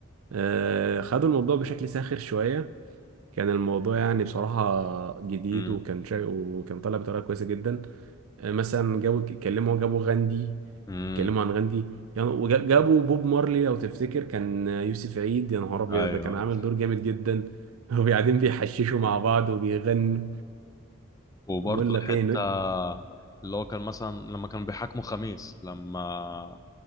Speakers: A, on the right; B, on the left.
A: آه، خدوا الموضوع بشكل ساخر شويه كان الموضوع يعني بصراحه جديد
B: مم.
A: وكان شا... وكان طالع بطريقه كويسه جدا آه، مثلا جابوا اتكلموا جابوا غاندي
B: مم.
A: اتكلموا عن غاندي يعني وجابوا بوب مارلي لو تفتكر كان يوسف عيد يا نهار ابيض
B: ايوه
A: ده كان عامل دور جامد جدا <laughs> وقاعدين بيحششوا مع بعض وبيغنوا
B: وبرضه
A: بيقول لك
B: الحتة
A: ايه
B: اللي هو كان مثلا لما كانوا بيحاكموا خميس لما